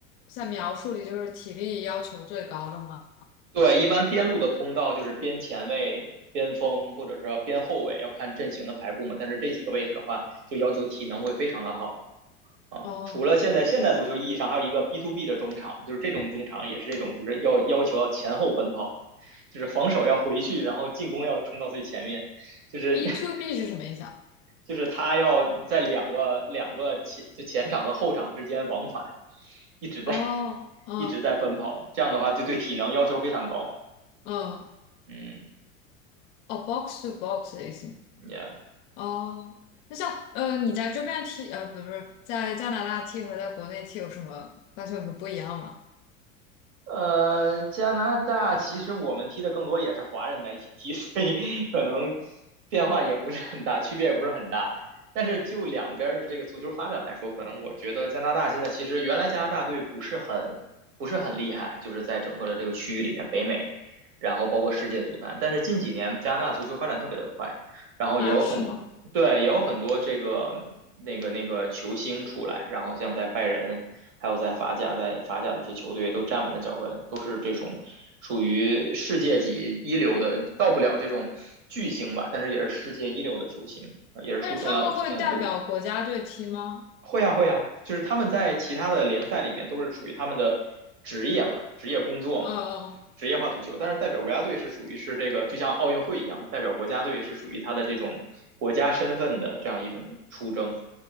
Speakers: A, on the left; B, on the right.
A: 在描述里就是体力要求最高的吗？
B: 对，一般边路的通道就是边前卫、边锋或者是边后卫，要看阵型的排布嘛。但是这几个位置的话，就要求体能会非常的好啊。
A: 哦
B: 除了现在现代足球意义上，还有一个 B to B 的中场，就是这种中场也是这种，就是要要求要前后奔跑，就是防守要回去，然后进攻要冲到最前面，就是
A: ，B
B: <laughs>
A: to B 是什么意思啊？
B: 就是他要在两个两个前就前场和后场之间往返，一直在
A: 哦，嗯
B: 一直在奔跑，这样的话就对体能要求非常高。
A: 嗯，
B: 嗯
A: 哦，box to box 的意思。
B: ，Yeah。
A: 哦，那像呃，你在这边踢呃，不是不是在加拿大踢和在国内踢有什么发现有什么不一样吗？
B: 呃，加拿大其实我们踢的更多也是华人在一起踢，<laughs> 所以可能变化也不是很大，区别也不是很大。但是就两边的这个足球发展来说，可能我觉得加拿大现在其实原来加拿大队不是很不是很厉害，就是在整个的这个区域里面，北美，然后包括世界足坛。但是近几年加拿大足球发展特别的快，然后也有很
A: 啊，是吗？
B: 对，也有很多这个那个那个球星出来，然后像在拜仁。还有在法甲，在法甲的一些球队都站稳了脚跟，都是这种属于世界级一流的，到不了这种巨星吧，但是也是世界一流的球星，呃也是出现了出现很多。
A: 但是他们会代表国家队踢吗？
B: 会啊会啊，就是他们在其他的联赛里面都是属于他们的职业嘛，职业工作嘛，
A: 嗯嗯，嗯
B: 职业化足球。但是代表国家队是属于是这个，就像奥运会一样嘛，代表国家队是属于他的这种国家身份的这样一种出征。